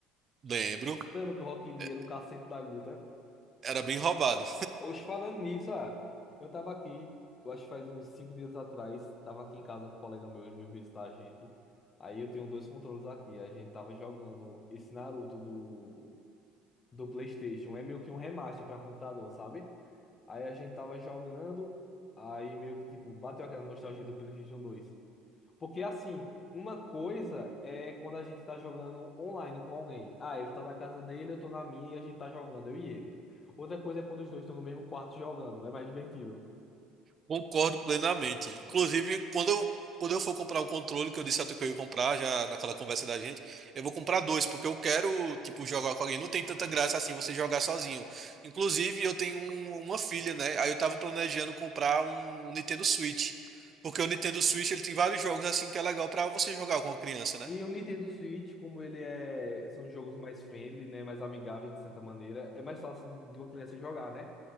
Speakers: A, on the right; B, on the left.
A: Lembro,
B: Tu lembra que o Rock Lee
A: é,
B: era um cacete da Guta?
A: era bem roubado.
B: Hoje, falando nisso, ah, eu tava aqui, eu acho que faz uns cinco dias atrás, tava aqui em casa com um colega meu, ele veio visitar a gente. Aí eu tenho dois controles aqui, a gente tava jogando esse Naruto do, do PlayStation, é meio que um remaster pra computador, sabe? Aí a gente tava jogando, aí meio que tipo, bateu aquela nostalgia do PlayStation dois Porque assim, uma coisa é quando a gente tá jogando online com alguém. Ah, ele tá na casa dele, eu tô na minha e a gente tá jogando, eu e ele. Outra coisa é quando os dois estão no mesmo quarto jogando, é mais divertido.
A: Concordo plenamente. Inclusive, quando eu, quando eu for comprar um controle, que eu disse a tu que eu ia comprar já naquela conversa da gente, eu vou comprar dois, porque eu quero, tipo, jogar com alguém. Não tem tanta graça assim você jogar sozinho. Inclusive, eu tenho um- uma filha, né? Aí eu tava planejando comprar um Nintendo Switch. Porque o Nintendo Switch ele tem vários jogos assim que é legal pra você jogar com a criança, né?
B: E o Nintendo Switch, como ele é, são jogos mais friendly, né, mais amigáveis de certa maneira, é mais fácil de de uma criança jogar, né?